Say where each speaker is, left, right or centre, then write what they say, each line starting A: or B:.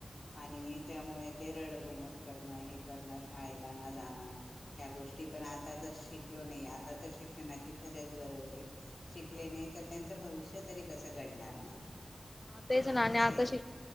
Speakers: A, on the left; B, on the left.
A: आणि त्यामुळे रड बोंबल करण हे करण शाळेला न जाणं या गोष्टी पण आता <unintelligible> नाही आता तर शिक्षणाची खरच गरज हे <unintelligible> ले नाही तर त्यांच भविष्य तरी कस घडणार ना?
B: तेच ना आणि
A: असे
B: आता शिक